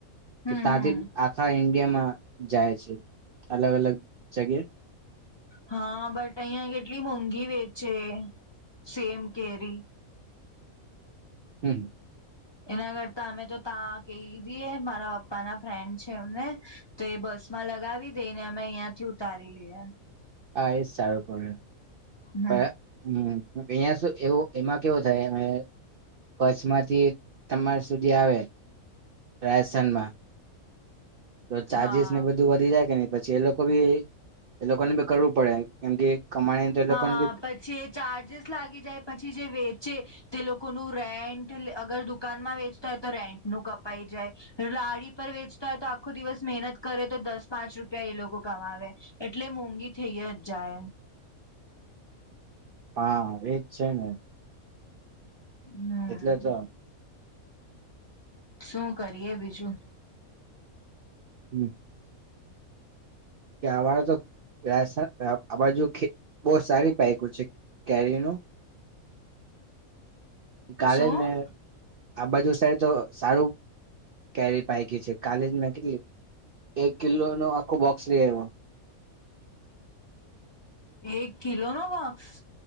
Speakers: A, on the right (about 70°); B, on the left (about 20°).
A: કે
B: હમ
A: ત
B: હમ
A: જે આખા ઇન્ડિયામાં જાય છે અલગ અલગ જગ્યા
B: હા બટ અહં કેટલી મોંઘી વેચે સેમ કેરી
A: હમ
B: એના કરતા અમે તો ત્યાં કહી દઈએ મારા પપ્પાના ફ્રેન્ડ છે એમને તો એ બસ માં લગાવી દેને અમે અહંથી ઉતારી લઈએ
A: આ તારપ <inaudible> અહંયા
B: હમ
A: શ એવું એમાં કેવું થાય કચ્છમાંથી તમારા સુધી આવે રાજસ્થાનમાં તો ચાર્જિસ
B: હા
A: ને બધું વધી જાય કે પછી એ લોકો ભી એ લોકોને બી કરવું પડે કેમ કે કમાણી તો એ
B: હા
A: લોકોને બી
B: પછી ચાર્જસ લાગી જાય પછી પછી જે વેચે તે લોકોનું રેન્ટ અગર દુકાનમાં વેચતા હોય તો રેન્ટ નું કપાઈ જાય રાડી પર વેચતા હોય તો આખો દિવસ મહેનત કરે તો દસ પાંચ રૂપિયા એ લોકો કમાવે એટલે મોંઘી થઈ જ જાય
A: હા એજ છે ને
B: હમ
A: એટલે જ
B: શું કરીએ બીજું
A: હમ કે અ તો આજ બહ સારી પઇક છે કેરીનું કલેન
B: શું
A: મે આ બાજુ સાહે તો સારું કેરી પાયકી છે કાલે જ મે કેટલી એક કિલો નો આખો બોક્સ લઈ આવ્યો.
B: એક કિલો નો બોક્-